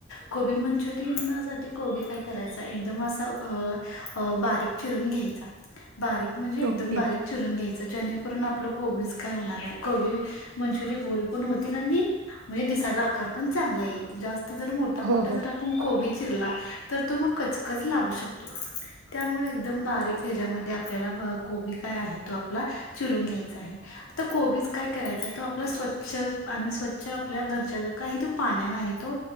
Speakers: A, on the left; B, on the right.
A: कोबी मंचुरियन साठी कोबी काय करायचा एकदम असा अ- अ बारीक चिरून घ्यायचा बारीक म्हणजे एकदम
B: ओके
A: बारीक चिरून घ्याय चा जेणेकरून आपलं कोबीज काय होणार आहे कोबी मंचूरी गोल पण होतील आणि म्हणजे दि दिसायला आकार पण चांगला येईल जास्त जर मोठा मोठा
B: हो हो
A: जर आपण कोबी चिरला तर तो मग कचकच लागू शकतो त्यामुळे एकदम बारीक ह्याच्यामधे आपल्याला कोबी काय आहे तो आपला चिरून घ्यायचा आहे तो कोबीज काय करायचा तो आपला स्वचछ च्छ आणि स्वच्छ आपल्या घरच्या ज्या काही तो पाण्याने आहेत- तो